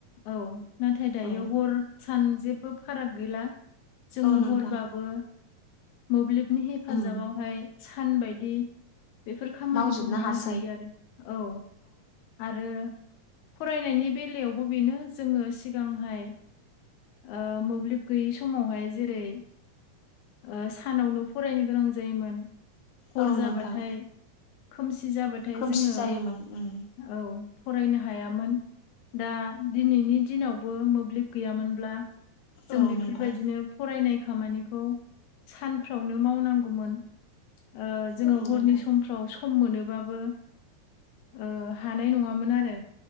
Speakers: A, on the left; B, on the left.
A: औ नाथाय दायो
B: औ
A: हर सान जेबो फाराग गैला जों
B: नोंथां
A: हरबाबो मोब्लिबनि हेफाजाबावहाय
B: उम
A: सान बायदि बेफोर खामानिखौ
B: मावजोबनो
A: मावनो
B: हासै
A: हायो आरो औ आरो फरायनायनि बेलायावबो बेनो जोङो सिगांहाय ओ मोब्लिब गैयै समावहाय जेरै ओ सानावनो फरायनो गोनां जायोमोन हर
B: औ
A: जाबाथाय
B: नोंथां
A: खोमसि जाबाथाय
B: खोमसि
A: जोङो
B: जायोमोन उम
A: औ फरायनो हायामोन। दा दिनैनि दिनावबो मोब्लिब गैयामोनब्ला जों
B: औ
A: बेफोरबायदिनो
B: नोंथां
A: फरायनाय खामानिखौ सानफ्रावनो मावनांगौमोन ओ जोङो
B: औ
A: हरनि
B: नोंथां
A: सम फ्राव सम मोनोबाबो ओ हानाय नङामोन आरो